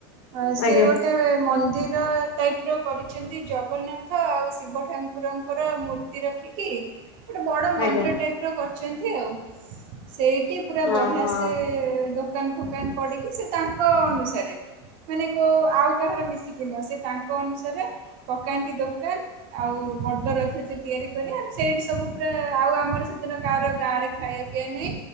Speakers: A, on the right; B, on the left.
A: ହଁ ସିଏ
B: ଆଜ୍ଞା
A: ଗୋଟେ ମନ୍ଦିର ଟାଇପ ର କରିଛନ୍ତି ଜଗନ୍ନାଥ ଆଉ ଶିବ ଠାକୁରଙ୍କର ମୂର୍ତ୍ତି ରଖିକି ଗୋଟେ ବଡ ମନ୍ଦିର
B: ଆଜ୍ଞା
A: ଟାଇପ ର କରିଚନ୍ତି ଆଉ। ସେଇଠି ପୁରା ବଢିଆ
B: ଓହୋ
A: ସେ ଦୋକାନ ଫୋକାନ ପଡ଼ିକି ସେ ତାଙ୍କ ଅନୁସାରେ ମାନେ କୋଉ ଆଉ କାହାର ମିଶିକି ନୁହଁ ସେ ତାଙ୍କ ଅନୁସାରେ ପକାନ୍ତି ଦୋକାନ ଆଉ ବଡ ରଥ ଯେ ତିଆରି କରେ ଆମ ସେଇଠି ସବୁ ପୁରା ଆଉ ଆମର ସେଦିନ କାହାର ଗାଁ ରେ ଖାଇବା ପିଇବା ନାହିଁ।